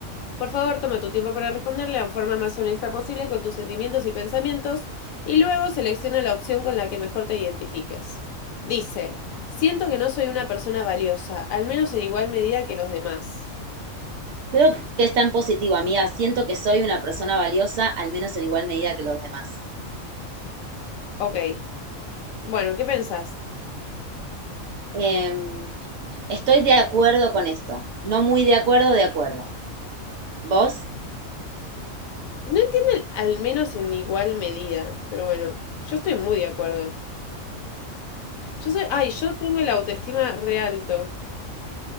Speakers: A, on the left (about 75°); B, on the right (about 65°).
A: Por favor, toma tu tiempo para responderle de la forma más honesta posible con tus sentimientos y pensamientos y luego selecciona la opción con la que mejor te identifiques. Dice, siento que no soy una persona valiosa, al menos en igual medida que los demás.
B: Creo que está en positivo, amiga. Siento que soy una persona valiosa, al menos en igual medida que los demás.
A: Ok. Bueno, ¿qué pensás?
B: Em, estoy de acuerdo con esto. No muy de acuerdo, de acuerdo. ¿Vos?
A: No entiendo, al menos en igual medida, pero bueno, yo estoy muy de acuerdo. Yo soy, ay, yo tengo el autoestima re alto.